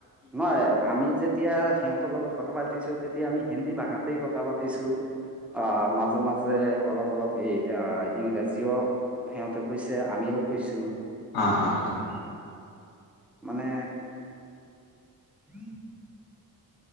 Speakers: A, in the centre; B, on the left.
A: নহয় আমি যেতিয়া সিহঁতৰ লগত কথা পাতিছো তেতিয়া আমি হিন্দী ভাষাতেই কথা পাতিছো। অ, মাজে, মাজে অলপ অলপ এই ইংৰাজীও সিহঁতে কৈছে আমিও কৈছোঁ।
B: অ', অ', অ',
A: মানে <inaudible>